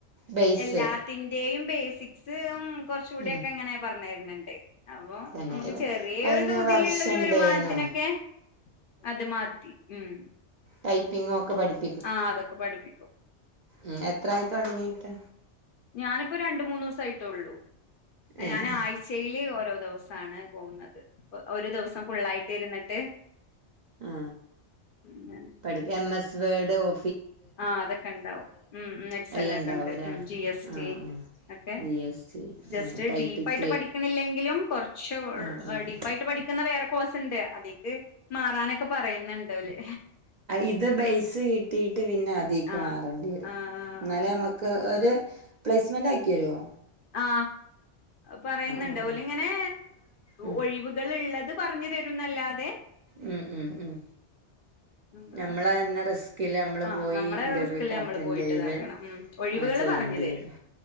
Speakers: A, on the right (about 55°); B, on the left (about 60°).
A: ബേസ്
B: എല്ലാത്തിന്റെയും ബേസിക്സ് ഉം കൊറച്ചൂടിയൊക്കെ
A: ഉം
B: ഇങ്ങനെ പറഞ്ഞ് തര്ന്ണ്ട് അപ്പൊ
A: തന്നെ
B: അമ്മക്ക്
A: ഇവ
B: ചെറിയ
A: കഴിഞ്ഞ
B: തോതിലുള്ള
A: വർഷം
B: ഒരു
A: ഉണ്ടായിരുന്നു
B: വരുമാനത്തിനൊക്കെ അത് മതി ഉം
A: ടൈപ്പിംഗ് ഒക്കെ പഠിപ്പി
B: ആ അതൊക്കെ പഠിപ്പിക്കും.
A: ഉം എത്രായി തൊടങ്ങീട്ട്
B: ഞാനിപ്പോ രണ്ടു മൂന്നു ദിവസായിട്ടൊള്ളൂ
A: ഏഹ്
B: ഞാന് ആഴ് ചയിലെ ഓരോ ദിവസാണ് പോകുന്നത് ഒരു ദിവസം ഫുള്ളായിട്ട് ഇരുന്നിട്ട്.
A: ആ
B: അങ്ങനെ
A: പഠിക്കാൻ എം എസ് വേഡ് ഓ
B: ആ അതൊക്കെ ഒണ്ടാവും ഉം എക്സല്ലൊക്കെ
A: എല്ലാം ഉണ്ടാവൂലേ
B: ഒണ്ട് ഉം ജി എസ് റ്റി
A: ആഹ് ആഹ്
B: യൊക്കെ
A: ജി എസ് ടി
B: ജസ്റ്റ്
A: ആഹ് ടൈപ്പിറ്റ്
B: ഡീപ്പായിട്ട് പഠിക്കണില്ലെങ്കിലും കൊറച്ച്
A: ആഹ് ആഹ്
B: ഡീപ്പായിട്ട് പഠി ക്കുന്ന വേറെ കോഴ്സൊണ്ട് അതിക്ക് മാറാനൊക്കെ പറയുന്നുണ്ടോല്.
A: ഇത് ബെയ്സ് കിട്ടിയിട്ട് പിന്നെ അ തീക്ക്
B: ആ
A: മാറണ്ടിവരും
B: ആ ആ
A: എന്നാലേ
B: ആ
A: നമ്മക്ക് ഒരു പ്ലേസ്‌മെന്റാക്കിവരുവോ
B: ആ പറയുന്നൊണ്ട്
A: ആ ആ
B: ഓലിങ്ങനെ
A: ഉം
B: ഒഴിവുകളിള്ളത് പറഞ്ഞു തരുന്നല്ലാതെ.
A: ഉം ഉം ഉം
B: നമ്മളെ
A: ഞമ്മളന്നെ റിസ്ക് ക്കില് നമ്മളുപോയി
B: ആ നമ്മളെ
A: ഇന്റർവ്യുക്കെ
B: റിസ്കില് നമ്മള്
A: അറ്റൻഡുചെയ്ത്
B: പോയിട്ട് ഇതാക്കണം ഉം ഒഴിവുകള്
A: ചെയ്യേണ്ടി
B: പറഞ്ഞു തരും
A: വരും.